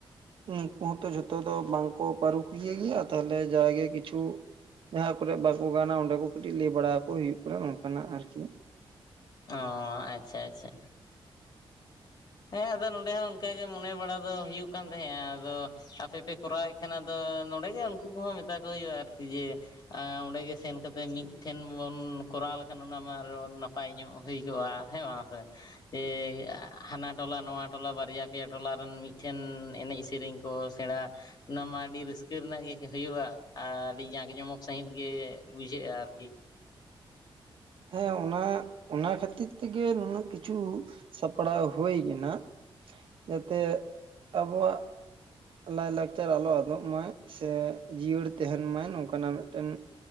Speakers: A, on the right; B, on the left.
A: ᱱᱩᱠᱩ ᱦᱚᱸᱛᱚ ᱡᱷᱚᱛᱚ ᱫᱚ ᱵᱟᱝ ᱠᱚ ᱯᱟᱹᱨᱩᱠᱷᱤᱭᱟᱹ ᱜᱮᱭᱟ ᱛᱟᱦᱞᱮ ᱡᱟ ᱜᱮ ᱠᱤᱪᱷᱩ ᱡᱟᱦᱟᱸ ᱠᱚᱨᱮ ᱵᱟᱠᱚ ᱜᱟᱱᱟ ᱚᱸᱰᱮ ᱠᱚ ᱠᱟᱹᱴᱤᱡ ᱞᱟᱹᱭ ᱵᱟᱲᱟ ᱦᱩᱭᱩᱜ ᱠᱟᱱᱟ ᱱᱚᱝᱠᱟᱱᱟᱜ ᱟᱨᱠᱤ᱾
B: ᱚᱸ ᱟᱪᱪᱷᱟ ᱟᱪᱪᱷᱟ ᱦᱮᱸ ᱟᱫᱚ ᱱᱚᱸᱰᱮ ᱦᱚᱸ ᱚᱱᱠᱟ ᱜᱮ ᱢᱚᱱᱮ ᱵᱟᱲᱟ ᱫᱚ ᱦᱩᱭᱩᱜ ᱠᱟᱱ ᱛᱟᱦᱮᱸᱫ-ᱟ᱾ ᱟᱫᱚ ᱟᱯᱮ ᱯᱮ ᱠᱚᱨᱟᱣᱮᱫ ᱠᱷᱟᱱ ᱟᱫᱚ ᱱᱚᱰᱮᱜᱮ ᱩᱱᱠᱩ ᱠᱚᱦᱚᱸ ᱢᱮᱛᱟ ᱠᱚ ᱦᱩᱭᱩᱜ-ᱟ ᱟᱨᱠᱤ᱾ ᱡᱮ ᱮᱸ ᱚᱸᱰᱮᱜ ᱜᱮ ᱥᱮᱱ ᱠᱟᱛᱮ ᱢᱤᱫ ᱴᱷᱮᱱ ᱵᱚᱱ ᱠᱚᱨᱟᱣ ᱞᱮᱠᱷᱟᱱ ᱚᱱᱟ ᱢᱟ ᱟᱨᱚ ᱱᱟᱯᱟᱭ ᱧᱚᱜ ᱦᱩᱭ ᱠᱚᱜᱼᱟ ᱦᱮᱸ ᱵᱟᱝ ᱥᱮ᱾ ᱮᱸ ᱦᱟᱱᱟ ᱴᱚᱞᱟ ᱱᱚᱣᱟ ᱴᱚᱞᱟ ᱵᱟᱨᱭᱟ ᱯᱮᱭᱟ ᱴᱚᱞᱟ ᱨᱮᱱ ᱢᱤᱫᱴᱷᱮᱱ ᱮᱱᱮᱡ ᱥᱮᱨᱮᱧ ᱠᱚ ᱥᱮᱬᱟ᱾ ᱚᱱᱟ ᱢᱟ ᱟᱹᱰᱤ ᱨᱟᱹᱥᱠᱟᱹ ᱨᱮᱱᱟᱜ ᱜᱮ ᱦᱩᱭᱩᱜ-ᱟ ᱟᱨ ᱟᱹᱰᱤ ᱡᱟᱸᱠ ᱡᱚᱢᱚᱠ ᱥᱟᱹᱦᱤᱡ ᱜᱮ ᱵᱩᱡᱷᱟᱹᱜ-ᱟ ᱟᱨᱠᱤ᱾
A: ᱦᱮᱸ ᱚᱱᱟ ᱚᱱᱟ ᱠᱷᱟᱹᱛᱤᱨ ᱛᱮᱜᱮ ᱱᱩᱱᱟᱹᱜ ᱠᱤᱪᱷᱩ ᱥᱟᱯᱲᱟᱣ ᱦᱩᱭ ᱠᱟᱱᱟ᱾ ᱡᱟᱛᱮ ᱟᱵᱚᱣᱟᱜ ᱞᱟᱭ ᱞᱟᱠᱪᱟᱨ ᱟᱞᱚ ᱟᱫᱚᱜ ᱢᱟ ᱥᱮ ᱡᱤᱭᱟᱹᱲ ᱛᱟᱦᱮᱸᱱ ᱢᱟ ᱱᱚᱝᱠᱟᱱᱟᱜ ᱢᱮᱫᱴᱮᱱ